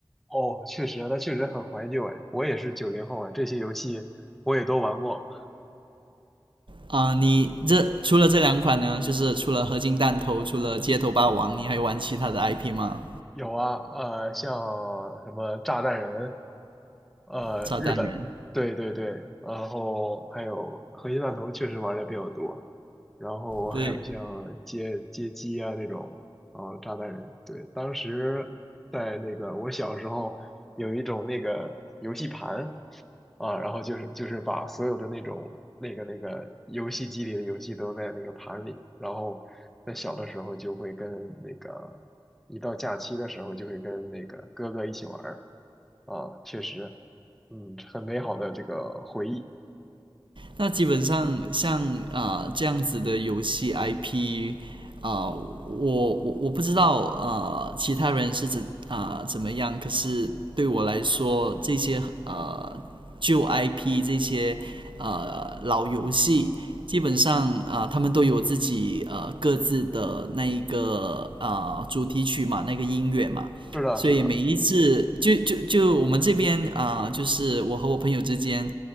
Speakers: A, in the centre; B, on the right.
A: 哦，确实，它确实很怀旧哎，我也是九零后啊，这些游戏我也都玩过，
B: 啊、呃你这除了这两款呢，就是除了合金弹头，除了街头霸王，你还玩其他的 IP 吗？
A: 有啊，呃，像什么炸弹人，呃，
B: 炸弹人，
A: 日本，对对对，然后还有核心弹头确实玩的比较多，然后还有像街街机啊那种，
B: 对，
A: 啊炸弹人，对，当时在那个我小时候有一种那个游戏盘啊，然后就是就是把所有的那种那个那个游戏机里的游戏都在那个盘里，然后在小的时候就会跟那个一到假期的时候就会跟那个哥哥一起玩儿啊，确实。嗯，很美好的这个回忆。
B: 那基本上像啊、呃这样子的游戏 IP 啊、呃我我我不知道啊呃其他人是怎啊、呃怎么样，可是对我来说这些呃旧 IP 这些呃老游戏。基本上啊、呃他们都有自己呃各自的那一个啊呃主题曲嘛，那个音乐嘛，
A: 是的，
B: 所以每一次就就就我们这边啊、
A: 是的，
B: 呃就是我和我朋友之间